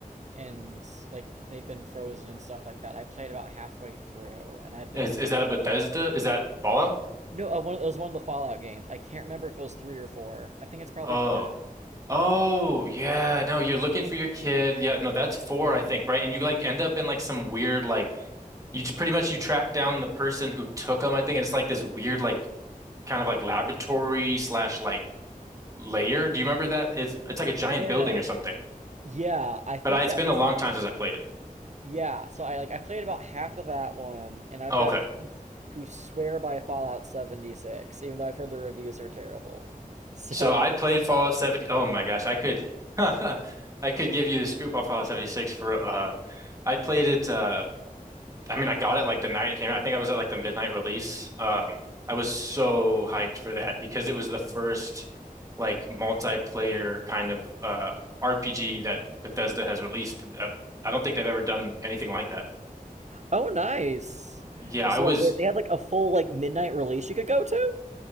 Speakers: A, on the right; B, on the right.
A: and like they've been frozen and stuff like that. I played about halfway through, and I've been
B: Is is that a Bethesda? Is that Fallout?
A: no, uh, one of, it was one of the Fallout games. I can't remember if it was three or four. I think it's probably
B: Oh.
A: four.
B: Oh, yeah. No, you're looking for your kid. Yeah, no, that's four,
A: Yeah,
B: I think, right? And you like end up in like some weird like you just pretty much you track down the person who took them, I think, and it's like this weird like kind of like laboratory slash like layer. Do you remember that? It's it's like a giant
A: yeah,
B: building or something.
A: yeah. I think
B: But I, it's
A: that
B: been
A: was,
B: a long time since I played it.
A: yeah. So I like I played about half of that one, and I've
B: Okay.
A: got friends who swear by Fallout 76, even though I've heard the reviews are terrible. <laughs> So
B: So I played Fallout 70. Oh my gosh, I could <laughs> I could give you the scoop on Fallout 76 for uh I played it uh I mean, I got it like the night it came out. I think I was at like the midnight release. Um, I was so hyped for that because it was the first like multiplayer kind of uh RPG that Bethesda has released. Uh, I don't think they've ever done anything like that.
A: Oh, nice.
B: Yeah,
A: So
B: I was.
A: like they- they had like a full like midnight release you could go to.